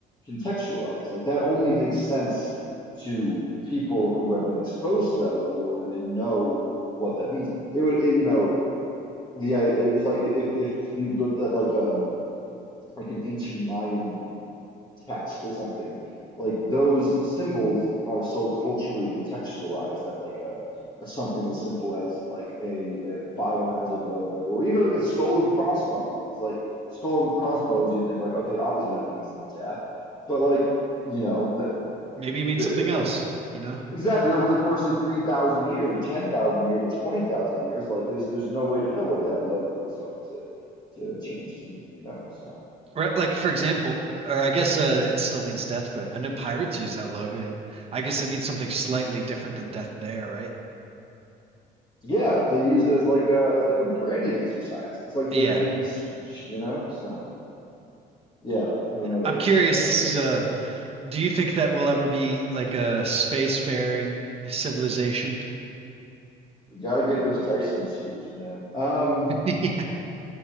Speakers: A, on the left (about 25°); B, on the right (about 35°).
A: contextualized. Like that only makes sense to people who have been exposed to that logo and, and know what that means. It would it, you know the I- it was like if if you looked at like um like an ancient Mayan text or something, like those symbols are so culturally contextualized that like a, a something as simple as like a, a biohazard logo or even like a skull and crossbones, like skull and crossbones, you think like okay, obviously that means death, but like you know that.
B: maybe it means
A: the
B: something else. You know,
A: Exactly, over the course of 3,000 years or 10,000 years or 20,000 years, like there's there's no way to know what that logo is going to to change to mean, you know? So,
B: right? Like for example, or I guess uh, it still means death, but I know pirates use that logo, and I guess it means something slightly different than death there, right?
A: yeah, they use it as like a as like a branding exercise. It's like
B: Yeah.
A: their Nike swoosh, you know? So, yeah, I don't know,
B: I'm
A: it's
B: curious,
A: uh
B: this
A: it's
B: is
A: interesting.
B: a, do you think that we'll ever be like a spacefaring civilization? <laughs>
A: We got to get those Dyson spheres, man. Um
B: Yeah.